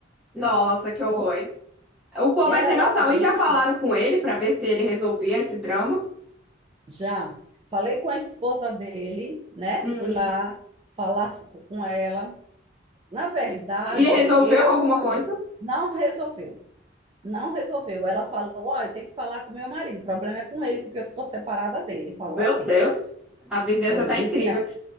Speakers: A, in the centre; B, on the right.
A: Nossa, que horror,
B: Bom,
A: hein? O povo
B: É
A: vai sem
B: horrível.
A: noção. E já falaram com ele pra ver se ele resolvia esse drama?
B: Já falei com a esposa dele, né?
A: Hum.
B: Fui lá falar com ela. Na verdade,
A: E e resolveu
B: eu
A: alguma
B: falei,
A: coisa?
B: não resolveu. Não resolveu. Ela falou: ó, eu tenho que falar com meu marido. O problema é com ele, porque eu tô separada dele. Falou
A: Meu
B: assim.
A: Deus, a vizinhança
B: Foi.
A: tá
B: Disse
A: incrível.
B: que é